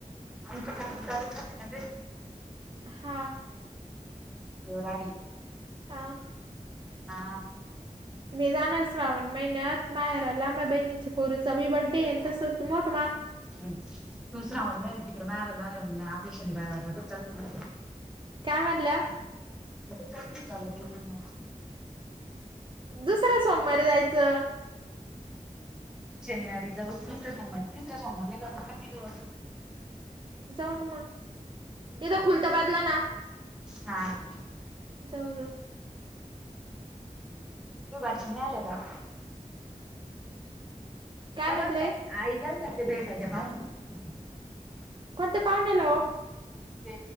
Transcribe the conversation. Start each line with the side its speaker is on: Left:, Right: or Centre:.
Centre: आमच्या काम चालू राहते ना
Right: हा
Centre: <unintelligible> <unintelligible> राडी
Right: हा
Centre: हा
Right: मी जाणार श्रावण महिन्यात माहेराला माझ्या बहिणीच्या पोरीचाी बड्डे तसच मोठ.
Centre: दुसणे विच कड मजशन तो श्रावण महिन्यात तुझ्या माहेराला जाणार आहे ना.
Right: काय म्हटलात.
Centre: चची ग बिलकुल ना.
Right: दुसर सोमवारीे जायचं.
Centre: शनिवारी जाऊ तु स दुसऱ्या समोरला जा ग.
Right: जाऊन मग इथ खुलत बादला ना.
Centre: हां.
Right: जाऊ जाऊ.
Centre: तू भाषने आलं का. आई
Right: काय म्हणले
Centre: गेल्या होत्या ना त्यांना तिथे भेटायला
Right: कोणते पाहुणेल हो.
Centre: ते